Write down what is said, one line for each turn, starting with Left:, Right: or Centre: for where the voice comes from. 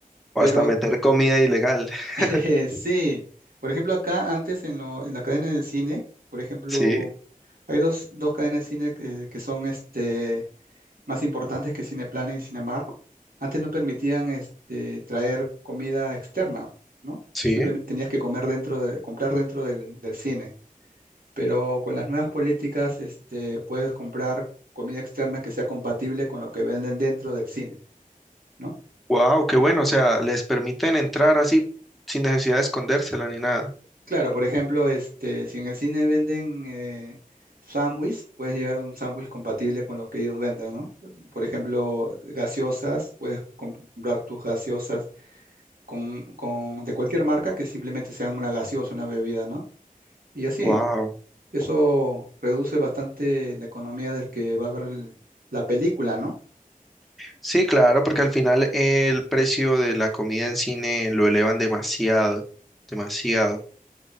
Right: Pero
Centre: O hasta meter comida ilegal. <laughs>
Right: <laughs> eh, sí, por ejemplo, acá antes en, lo- en la cadena de cine, por ejemplo,
Centre: Sí,
Right: hay dos, dos cadenas de cine que, que son este más importantes que Cineplanet y Cinemark, antes no permitían este, traer comida externa, ¿no?
Centre: sí.
Right: Simplemente tenías que comer dentro de, comprar dentro del, del cine. Pero con las nuevas políticas, este, puedes comprar comida externa que sea compatible con lo que venden dentro del cine, ¿no?
Centre: Wow, qué bueno, o sea, les permiten entrar así sin necesidad de escondérsela ni nada.
Right: Claro, por ejemplo, este, si en el cine venden eh, sándwich, puedes llevar un sándwich compatible con lo que ellos venden, ¿no? Por ejemplo, gaseosas, puedes comprar tus gaseosas con, con- de cualquier marca que simplemente sean una gaseosa, una bebida, ¿no? Y así,
Centre: Wow.
Right: eso reduce bastante la economía del que va a ver el- la película, ¿no?
Centre: Sí, claro, porque al final el precio de la comida en cine lo elevan demasiado, demasiado.